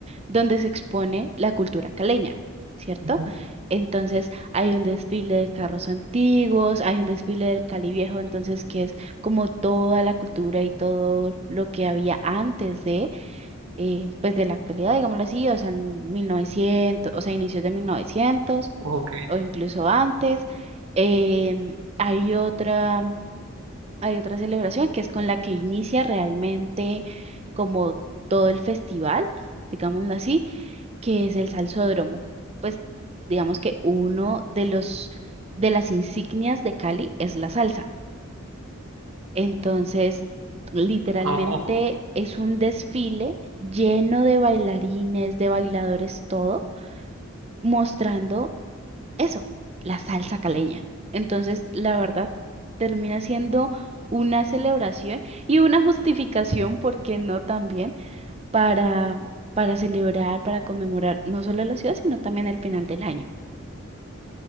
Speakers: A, on the right; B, on the right.
A: donde se expone la cultura caleña, ¿cierto?
B: Ujú.
A: Entonces hay un desfile de carros antiguos, hay un desfile del Cali Viejo, entonces que es como toda la cultura y todo lo que había antes de, eh, pues de la actualidad, digámoslo así, o sea, en 1900, o sea, inicios de 1900
B: Ok.
A: o incluso antes. Em, hay otra, hay otra celebración que es con la que inicia realmente como todo el festival, digámoslo así que es el salsódromo. Pues digamos que uno de los de las insignias de Cali es la salsa. Entonces, literalmente
B: oh,
A: es un desfile lleno de bailarines, de bailadores, todo, mostrando eso, la salsa caleña. Entonces, la verdad, termina siendo una celebración y una justificación, ¿por qué no también? Para, para celebrar, para conmemorar no solo la ciudad, sino también el final del año.